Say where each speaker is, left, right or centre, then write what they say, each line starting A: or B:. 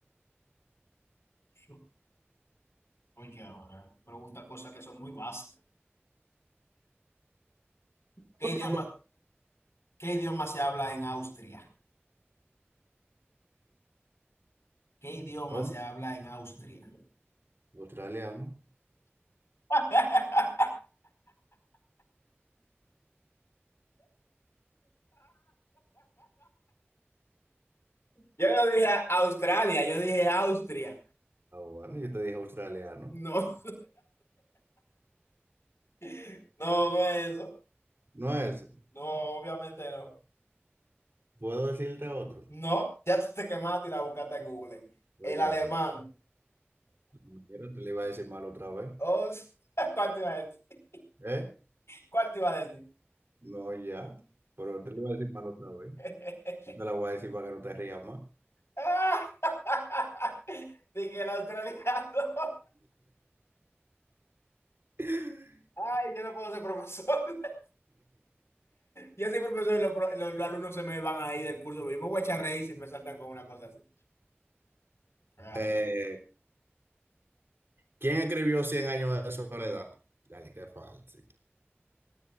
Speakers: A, on the left; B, on the right.
A: Sí. Oye, ahora, pregunta cosas que son muy básicas. ¿Qué
B: <laughs>
A: idioma, qué idioma se habla en Austria? ¿Qué idioma
B: ¿Cómo?
A: se habla en Austria?
B: Australiano.
A: <laughs> Yo no dije Australia, yo dije Austria.
B: Ah, bueno, yo te dije australiano.
A: No, <laughs> no, no es eso.
B: No ese.
A: No, obviamente no.
B: ¿Puedo decirte otro?
A: No, ya tú te quemaste y la buscaste en Google.
B: no
A: El
B: ya,
A: alemán.
B: como quiera, te le iba a decir mal otra vez.
A: Oh, <laughs> ¿cuál te iba a decir?
B: ¿Eh?
A: ¿Cuál te iba a decir?
B: No, ya. Pero te le iba a decir mal otra vez.
A: <laughs>
B: No Te la voy a decir para que no te rías más.
A: Ah, <laughs> Dije que el australiano.
B: <laughs>
A: <laughs> Ay, yo no puedo ser profesor. <laughs> Yo soy profesor y los, pro- los- los alumnos se me van ahí del curso. mismo. voy a echar reír si me saltan con una cosa así. Claro.
B: Eh, ¿quién escribió Cien años de soledad? Dale, qué fácil.